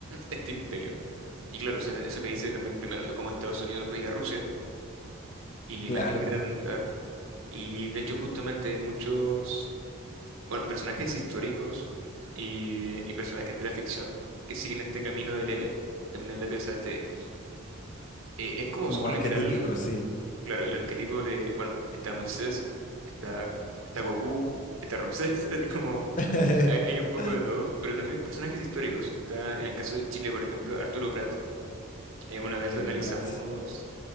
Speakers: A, on the right; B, on the left.
A: este imperio. Y claro, o sea, eso te dice también primero de cómo Estados Unidos veía a Rusia y la
B: claro,
A: imagen que tratan de dar. Y de hecho justamente hay muchos... bueno, personajes históricos y, y personajes de la ficción que siguen este camino del héroe. Camino del héroe, o sea, este, eh, es como
B: como
A: súper
B: arquetípico,
A: literal,
B: sí.
A: claro, el arquetipo de, bueno, está Moisés, está, está Goku, está Ramsés, <laughs> es como,
B: <laughs>
A: hay, hay un poco de todo, pero también personajes históricos. Está, en el caso de Chile, por ejemplo, Arturo Prat, eh, una vez
B: Arturo
A: lo analizamos,
B: Prats.